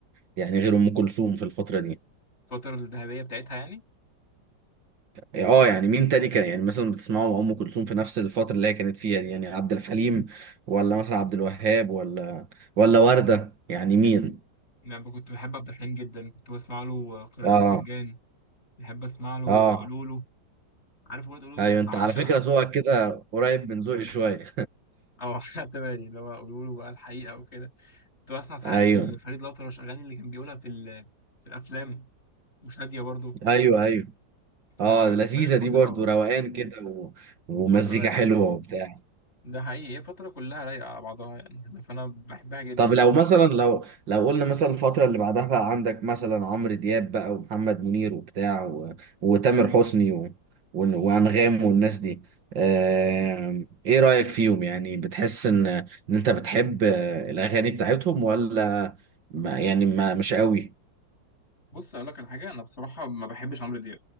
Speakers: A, on the right; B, on the left.
A: يعني غير ام كلثوم في الفترة دي
B: الفترة الذهبية بتاعتها يعني
A: يعني اه يعني مين تاني كان يعني مثلا بتسمعوا ام كلثوم في نفس الفتره اللي هي كانت فيها دي؟ يعني عبد الحليم ولا مثلا عبد الوهاب ولا ولا ورده يعني مين
B: يعني كنت بحب عبد الحليم جدا كنت بسمع له قراءة
A: اه
B: الفنجان بحب أسمع له
A: اه
B: قولوله عارف أغنية قولوله دي
A: ايوه
B: بقى
A: انت
B: بعشقها
A: على فكره ذوقك كده قريب من ذوقي شويه
B: اه <laughs> خدت بالي اللي هو قولوا له بقى الحقيقه وكده كنت بسمع ساعات
A: ايوه
B: لفريد الأطرش اغاني اللي كان بيقولها في ال- في الافلام مش هاديه برضه
A: ايوه ايوه
B: فال-
A: اه لذيذه
B: فهي الفتره
A: دي برضو روقان كده و... ومزيكا
B: الفتره رايقه
A: حلوه وبتاع
B: ده حقيقي هي فتره كلها رايقه على بعضها يعني فانا بحبها جدا
A: طب
B: يعني
A: لو مثلا لو لو قلنا مثلا الفترة اللي بعدها بقى عندك مثلا عمرو دياب بقى ومحمد منير وبتاع و... وتامر حسني و... وإن- وأنغام والناس دي آه... ايه رأيك فيهم يعني بتحس ان ان انت بتحب آه، الأغاني بتاعتهم ولا ما يعني ما مش قوي
B: بص اقول لك على حاجه انا بصراحه ما بحبش عمرو دياب